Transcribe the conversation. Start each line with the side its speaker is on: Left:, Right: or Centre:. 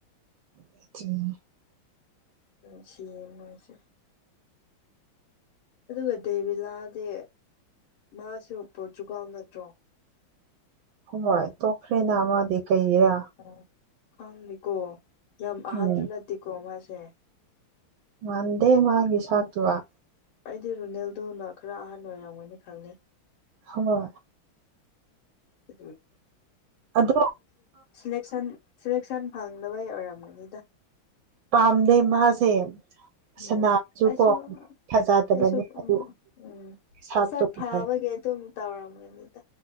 Right: <unintelligible>
Left: ꯅꯨꯡꯁꯤꯌꯦ ꯃꯣꯢꯁꯦ ꯑꯗꯨꯒ ꯗꯦꯕꯤꯂꯥꯗꯤ ꯃꯥꯁꯨ ꯄꯣꯔꯇꯨꯒꯥꯜ ꯅꯠꯇ꯭ꯔꯣ
Right: ꯍꯣꯏ ꯇꯣꯛꯈ꯭ꯔꯦꯅ ꯃꯥꯗꯤ ꯀꯩꯒꯤꯔꯥ
Left: ꯑꯣ ꯈꯪꯗꯦꯀꯣ ꯌꯥꯝ ꯑꯍꯟꯁꯨ
Right: ꯎꯝ
Left: ꯅꯠꯇꯦꯀꯣ ꯃꯥꯁꯦ
Right: ꯃꯥꯟꯗꯦ ꯃꯥꯒꯤ ꯁꯥꯛꯇꯨꯑꯥ
Left: ꯑꯩꯗꯤ ꯔꯨꯅꯦꯜꯗꯣꯅ ꯈꯔ ꯑꯍꯟ ꯑꯣꯏꯔꯝꯒꯅꯤ ꯈꯜꯂꯦ
Right: ꯍꯣꯢ
Left: <unintelligible>
Right: ꯑꯗꯣ
Left: ꯁꯤꯂꯦꯛꯁꯟ ꯁꯦꯂꯦꯛꯁꯟ ꯐꯪꯗꯕꯩ ꯑꯣꯏꯔꯝꯒꯅꯤꯗ
Right: ꯄꯥꯝꯗꯦ ꯃꯍꯥꯁꯦ
Left: ꯑꯃꯨꯛ
Right: ꯁꯅꯥꯕꯁꯨ
Left: ꯑꯩꯁꯨ
Right: ꯀꯣ ꯐꯖꯗꯕꯅꯦ
Left: ꯑꯩꯁꯨ
Right: ꯑꯗꯨ
Left: ꯎꯝ ꯎꯝ
Right: ꯁꯥꯛꯇꯣ
Left: ꯃꯁꯛ
Right: ꯐꯖꯕ
Left: ꯐꯥꯕꯒꯤ ꯑꯗꯨꯝ ꯇꯧꯔꯝꯒꯅꯤꯗ